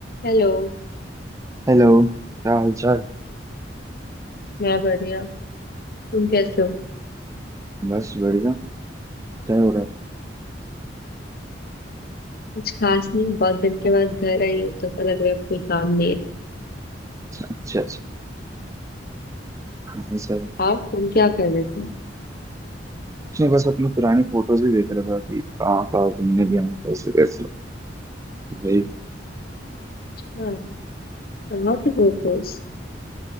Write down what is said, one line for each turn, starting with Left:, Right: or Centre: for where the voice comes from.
Left: Hello
Right: Hello क्या हालचाल
Left: मैं बढ़िया तुम कैसे हो
Right: बस बढ़िया क्या हो रहा है
Left: कुछ खास नहीं बहुत दिन के बाद घर आई हो तो पता लग रहा है अब कोई काम नहीं है
Right: अच्छा अच्छा नहीं सर
Left: और तुम क्या कर रहे थे
Right: कुछ नहीं बस अपनी पुरानी फोटोज ही देख रहा था कि कहाँ कहाँ घूमने गया हूँ कैसे कैसे भाई
Left: हाँ कहाँ की फोटोज